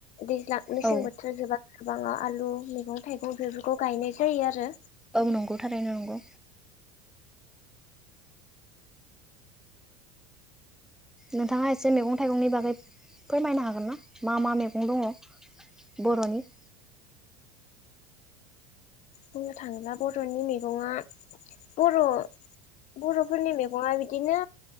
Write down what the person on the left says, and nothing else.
दैज्लां मेसें
बोथोर जोबा गोबाङा आलु मैगं थाइगं बेफोरखौ गायनाय जायो आरो।
बुंनो थाङोब्ला बर'नि मैगङा बर' बर'फोरनि मैगङा बिदिनो